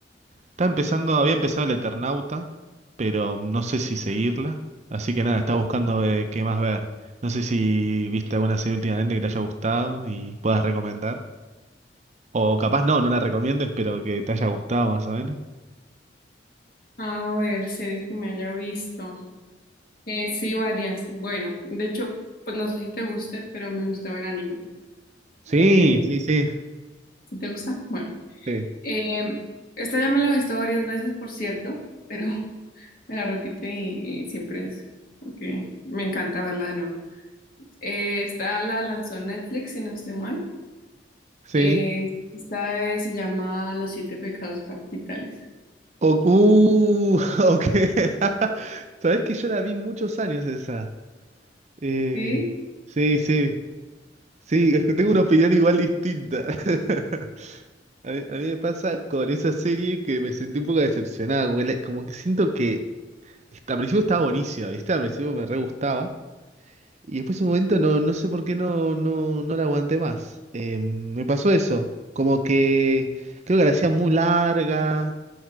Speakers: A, on the right; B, on the left.
A: Está empezando, había empezado El Eternauta, pero no sé si seguirla, así que nada, estaba buscando eh, qué más ver. No sé si viste alguna serie últimamente que te haya gustado y puedas recomendar, o capaz no, no la recomiendes, pero que te haya gustado más o menos.
B: A ver, series que me haya visto. Eh, sí, varias. Bueno, de hecho, pues no sé si te guste, pero me gusta ver anime.
A: Sí,
B: Eh,
A: sí, sí,
B: ¿si te gusta? Bueno.
A: sí,
B: Eh, esta ya me la he visto varias veces, por cierto, pero <laughs> me la repito y, y siempre es porque me encanta verla de nuevo. Eh, esta la lanzó Netflix, si no estoy mal.
A: sí.
B: Eh, esta eh, se llama Los Siete Pecados Capitales.
A: O- uh, <laughs> ok. <laughs> Sabes que yo la vi muchos años esa. Eh,
B: Sí,
A: sí, sí. Sí, es que tengo una opinión igual distinta. <laughs> A mí, a mí me pasa con esa serie que me sentí un poco decepcionado. Como que, la- como que siento que est- al principio estaba buenísima, ¿viste? Al principio me re gustaba. Y después en un momento no, no sé por qué no, no, no la aguanté más. Eh, me pasó eso. Como que creo que la hacía muy larga